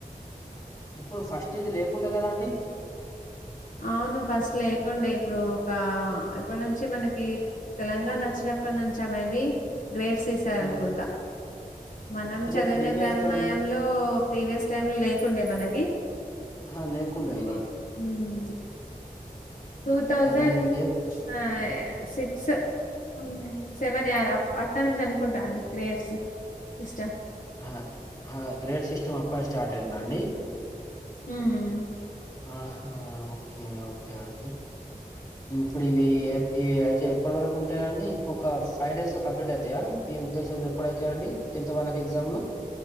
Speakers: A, on the left; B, on the left.
A: ఇప్పుడు ఫస్ట్ ఇది లేకుంటగదా అండి
B: అవును ఫస్ట్ లేకుండే ఇప్పుడు ఒక ఎప్పటి నుంచి మనకి తెలంగాణ వచ్చిన అప్పట్నుంచి ఆ మైబి గ్రేడ్స్ ఈసారనుకుంటా
A: హ్మ్.
B: మనం
A: అదే
B: చదివిన
A: ప్రీవియస్
B: టైంమయంలో
A: టైమ్
B: ప్రీవియస్ టైమ్ లేకుండే మనకి
A: హ లేకుండె
B: ఇప్పుడు
A: ఇది
B: ఉమ్, టూ తౌసండ్
A: అవి ఇవి లే
B: ఆ సిక్స్ అవునా సెవెన్ యర్ అ అక్కడ్ నుంచి అనుకుంటా అండి గ్రేట్స్ సిస్టమ్
A: హ హ్ గ్రేడ్ సిస్టమ్ అప్పట్నుండి స్టార్ట్ అయ్యిందా అండి
B: ఉమ్మ్మ్
A: ఆ హా ఓకే ఓకే అండి ఇప్పుడు ఇవి ఎ ఇవి అయితే ఎప్పటి వరకు ఉంటాయ్ అండి ఇంకొక ఫైవ్ డేస్ లో కంప్లీట్ అవుతాయా మీ ఉద్దేశంలో ఎప్పుడైతే అండి టెన్త్ వాళ్ళకు ఎగ్జామ్లు